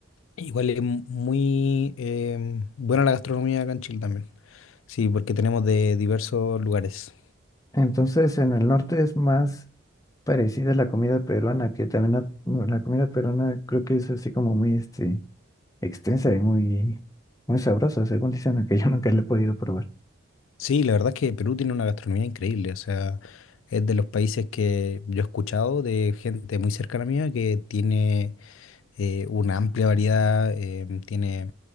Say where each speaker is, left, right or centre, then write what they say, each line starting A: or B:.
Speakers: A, on the left; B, on the left.
A: igual es muy eh, buena la gastronomía acá en Chile también. Sí, porque tenemos de diversos lugares.
B: Entonces, en el norte es más parecida a la comida peruana, que también la, la comida peruana creo que es así como muy, este, extensa y muy, muy sabrosa, según dicen, aunque yo nunca la he podido probar.
A: Sí, la verdad es que Perú tiene una gastronomía increíble, o sea, es de los países que yo he escuchado de gente muy cercana a mía que tiene eh, una amplia variedad, em, tiene